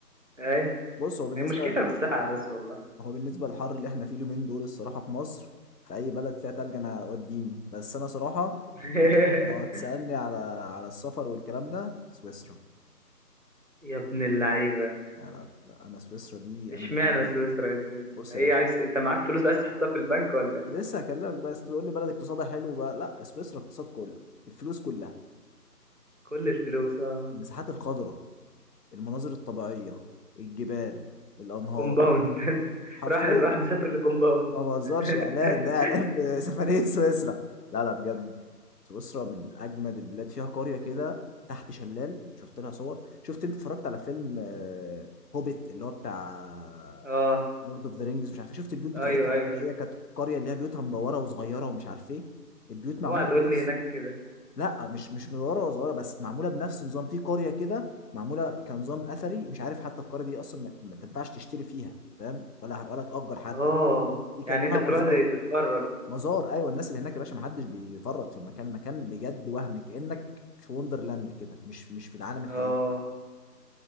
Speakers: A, on the right; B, on the left.
A: ايوه
B: بص هو بالنسبه
A: هي مشكلتها في الساعه بس والله
B: هو بالنسبه للحر اللي احنا فيه اليومين دول الصراحه في مصر في اي بلد فيها تلج انا وديني بس انا صراحه
A: <laughs>
B: يعني لو هتسالني على على السفر والكلام ده سويسرا
A: يا ابن اللعيبة
B: يعني لا- لا، انا سويسرا دي
A: اشمعنى
B: انا مجنون
A: سويسرا يا زميلي
B: بص
A: ايه
B: يا باشا
A: عايز انت معاك فلوس عايز تحطها في البنك ولا ايه
B: انا لسه هكلمك بقى انت تقول لي بلد اقتصادها حلو بقى لا سويسرا اقتصاد كله الفلوس كلها
A: كل الفلوس اه
B: المساحات الخضراء المناظر الطبيعيه الجبال الانهار
A: كومباوند <laughs>
B: حرفيا
A: راح راح مسافر لكومباوند
B: ما بهزرش
A: <laughs>
B: اعلان ده اعلان <laughs> سفريه سويسرا لا لا بجد سويسرا من اجمد البلاد فيها قريه كده تحت شلال شفت لها صور شفت انت اتفرجت على فيلم آه، هوبيت اللي هو بتاع
A: اه
B: لورد اوف ذا رينجز مش عارف إيه، شفت البيوت بتاعتهم
A: ايوه ايوه
B: اللي هي كانت قريه اللي هي بيوتها مدوره وصغيره ومش عارف ايه البيوت معموله
A: اوعى تقول
B: بنفس
A: لي هناك كده
B: لا مش مش مدوره وصغيره بس معموله بنفس نظام في قريه كده معموله كنظام اثري مش عارف حتى القريه دي اصلا ما ما تنفعش تشتري فيها فاهم ولا ولا تأجر حتى
A: اه
B: دي كأنها
A: يعني انت بتروح
B: مزار
A: تتفرج
B: مزار ايوه الناس اللي هناك يا باشا ما حدش بيفرط في المكان مكان بجد وهم كانك في وندرلاند كده مش مش في العالم الحقيقي
A: اه